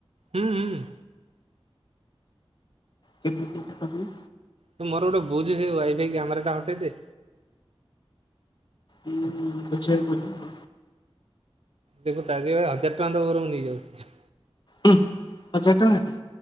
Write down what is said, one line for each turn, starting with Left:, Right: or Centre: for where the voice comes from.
Right: ହୁଁ ହୁଁ।
Left: କେମିତି ସେଟା କରିବି?
Right: ତୁ ମୋର ଗୋଟେ ବୁଝୁ ସେ ୱାଇ ଫାଇ କ୍ୟାମେରା ଟା ହଟେଇଦେ।
Left: ହୁଁ ବଝିଆକୁ ପଡିବ।
Right: ଦେଖୁ ତାଜିପାଇ ହଜାର ଟଙ୍କା ଦବୁ ବରଂ ନେଇଯାଉଛି।
Left: ହୁଁ ହଜାର ଟଙ୍କା।